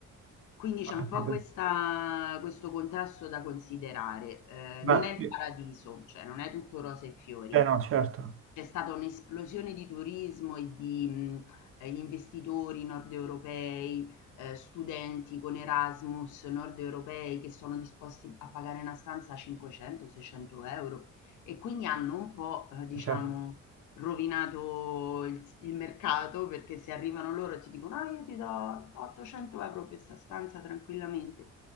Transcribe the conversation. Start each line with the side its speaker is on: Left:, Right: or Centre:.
Left: Quindi
Right: ho
Left: c'è un
Right: capito.
Left: po' questa- questo contrasto da considerare. Eh,
Right: Ma,
Left: non è
Right: eh
Left: il paradiso, cioè non è tutto rose e fiori,
Right: no, certo,
Left: c'è stata un'esplosione di turismo e di, mhmm, ehm, investitori nordeuropei, ehm, studenti con Erasmus nordeuropei che sono disposti a pagare una stanza 500, 600 €, e quindi hanno un po', ehm, diciamo,
Right: certo.
Left: rovinato il s il mercato, perché se arrivano loro e ti dicono: "Ah, io ti do 800 € per 'sta stanza tranquillamente",